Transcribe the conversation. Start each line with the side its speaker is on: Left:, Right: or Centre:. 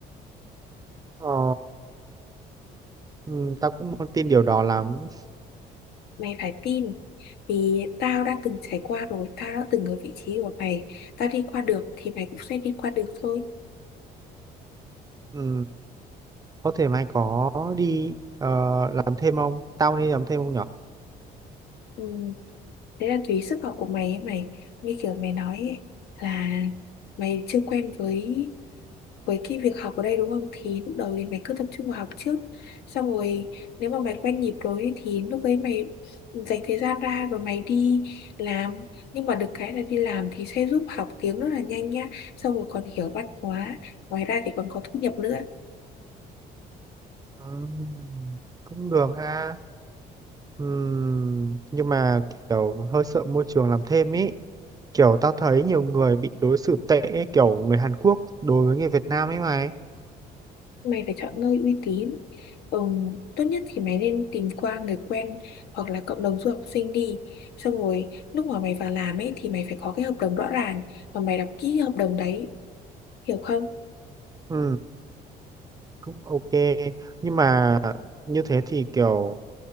Right: ờ, ừ, tao cũng không tin điều đó lắm
Left: Mày phải tin, vì tao đã từng trải qua rồi, tao đã từng ở vị trí của mày, tao đi qua được thì mày cũng sẽ đi qua được thôi.
Right: ừ, có thể mày có đi ờ, làm thêm không tao nên làm thêm không nhở
Left: Ừ, đấy là tùy sức học của mày ấy mày, như kiểu mày nói ấy, là mày chưa quen với với cái việc học ở đây đúng không thì lúc đầu thì mày cứ tập trung vào học trước xong rồi nếu mà mày quen nhịp rồi ấy, thì lúc ấy mày dành thời gian ra rồi mày đi làm nhưng mà được cái là đi làm thì sẽ giúp học tiếng rất là nhanh nhá xong rồi còn hiểu văn hóa ngoài ra thì còn có thu nhập nữa
Right: ừ, cũng được ha ừ, nhưng mà kiểu hơi sợ môi trường làm thêm ý kiểu tao thấy nhiều người bị đối xử tệ ấy, kiểu người Hàn Quốc đối với người Việt Nam ấy mày
Left: mày phải chọn nơi uy tín ừ, tốt nhất thì mày nên tìm qua người quen hoặc là cộng đồng du học sinh đi xong rồi lúc mà mày vào làm ấy thì mày phải có cái hợp đồng rõ ràng và mày đọc kỹ hợp đồng đấy hiểu không
Right: ừ cũng ok nhưng mà như thế thì kiểu